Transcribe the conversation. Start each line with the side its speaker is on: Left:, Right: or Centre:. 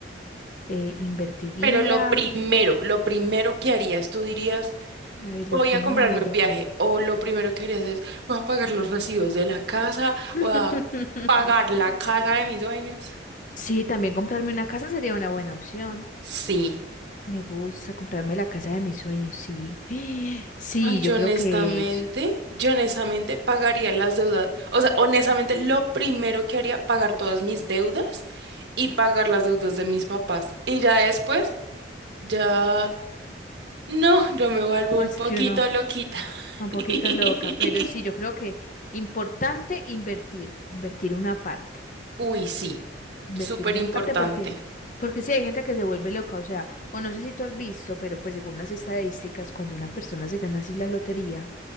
Left: eh, invertiría.
Right: pero lo primero, lo primero que harías, tú dirías,
Left: A ver,
Right: voy
Left: lo primero.
Right: a comprarme un viaje, o lo primero que harías es, voy a pagar los recibos de la casa,
Left: <laughs>
Right: voy a pagar la casa de mis dueños.
Left: Sí, también comprarme una casa sería una buena opción.
Right: Sí.
Left: Me gusta comprarme la casa de mis sueños, sí. <gasps> Sí,
Right: Ay, yo
Left: yo creo
Right: honestamente,
Left: que eso.
Right: yo honestamente pagaría las deudas, o sea, honestamente lo primero que haría, pagar todas mis deudas y pagar las deudas de mis papás. Y ya después, ya, no, yo me vuelvo
Left: No,
Right: un
Left: es
Right: poquito
Left: que no,
Right: loquita.
Left: un poquito
Right: <laughs>
Left: loca, pero sí, yo creo que importante invertir, invertir una parte,
Right: Uy, sí,
Left: invertir
Right: súper
Left: una
Right: importante.
Left: parte porque, porque sí hay gente que se vuelve loca, o sea, o no sé si tú has visto, pero pues según las estadísticas, cuando una persona se gana así la lotería,